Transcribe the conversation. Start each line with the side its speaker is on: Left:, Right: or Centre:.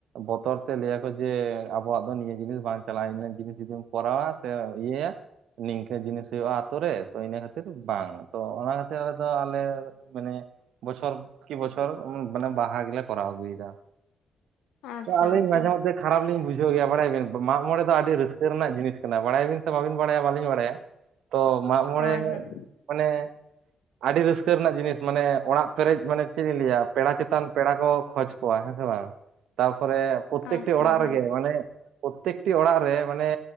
Right: ᱵᱚᱛᱚᱨ ᱛᱮ ᱞᱟᱹᱭ ᱟᱠᱚ ᱡᱮ ᱟᱵᱚᱣᱟᱜ ᱫᱚ ᱱᱤᱭᱟᱹ ᱡᱤᱱᱤᱥ ᱵᱟᱝ ᱪᱟᱞᱟᱜ-ᱟ᱾ ᱤᱱᱟᱹ ᱡᱤᱱᱤᱥ ᱡᱩᱫᱤᱢ ᱠᱚᱨᱟᱣᱟ ᱥᱮ ᱤᱭᱟᱹᱭᱟ ᱱᱤᱝᱠᱟᱹ ᱡᱤᱱᱤᱥ ᱦᱩᱭᱩᱜᱼᱟ ᱟᱹᱛᱩ ᱨᱮ ᱛᱚ ᱤᱱᱟᱹ ᱠᱷᱟᱹᱛᱤᱨ ᱵᱟᱝ, ᱛᱚ ᱚᱱᱟ ᱠᱷᱟᱹᱛᱤᱨ ᱟᱞᱮ ᱫᱚ ᱟᱞᱮ ᱢᱟᱱᱮ ᱵᱚᱪᱷᱚᱨ ᱠᱤ ᱵᱚᱪᱷᱚᱨ ᱢᱟᱱᱮ ᱵᱟᱦᱟ ᱜᱮᱞᱮ ᱠᱚᱨᱟᱣ ᱟᱹᱜᱩᱭ ᱮᱫᱟ᱾
Left: ᱟᱪᱪᱷᱟ
Right: ᱚ ᱟᱹᱞᱤᱧ
Left: ᱟᱪᱪᱷᱟ
Right: ᱢᱟᱡᱷᱮ ᱢᱚᱫᱽᱷᱮ ᱠᱷᱟᱨᱟᱯ ᱞᱤᱧ ᱵᱩᱡᱷᱟᱹᱣ ᱜᱮᱭᱟ ᱵᱟᱲᱟᱭᱟᱵᱮᱱ? ᱢᱟᱜ ᱢᱚᱬᱮ ᱫᱚ ᱟᱹᱰᱤ ᱨᱟᱹᱥᱠᱟᱹ ᱨᱮᱱᱟᱜ ᱡᱤᱱᱤᱥ ᱠᱟᱱᱟ᱾ ᱵᱟᱲᱟᱭᱟᱵᱤᱱ ᱥᱮ ᱵᱟᱵᱤᱱ ᱵᱟᱲᱟᱭᱟ ᱵᱟᱹᱞᱤᱧ ᱵᱟᱲᱟᱭᱟ? ᱛᱚ ᱢᱟᱜ ᱢᱚᱬᱮ
Left: ᱦᱳᱭ ᱦᱳᱭ
Right: ᱢᱟᱱᱮ ᱟᱹᱰᱤ ᱨᱟᱹᱥᱠᱟᱹ ᱨᱮᱱᱟᱜ ᱡᱤᱱᱤᱥ ᱢᱟᱱᱮ ᱚᱲᱟᱜ ᱯᱮᱨᱮᱡ ᱢᱟᱱᱮ ᱪᱮᱫ ᱤᱧ ᱞᱟᱹᱭᱟ ᱯᱮᱲᱟ ᱪᱮᱛᱟᱱ ᱯᱮᱲᱟ ᱠᱚ ᱠᱷᱚᱡᱽ ᱠᱚᱣᱟ ᱦᱮᱸ ᱥᱮ ᱵᱟᱝ? ᱛᱟᱨᱯᱚᱨᱮ ᱯᱨᱚᱛᱮᱠᱴᱤ
Left: ᱟᱪᱪᱷᱟ
Right: ᱚᱲᱟᱜ
Left: ᱦᱳᱭ
Right: ᱨᱮᱜᱮ ᱢᱟᱱᱮ ᱯᱨᱚᱛᱮᱠᱴᱤ ᱚᱲᱟᱜ ᱨᱮ ᱢᱟᱱᱮ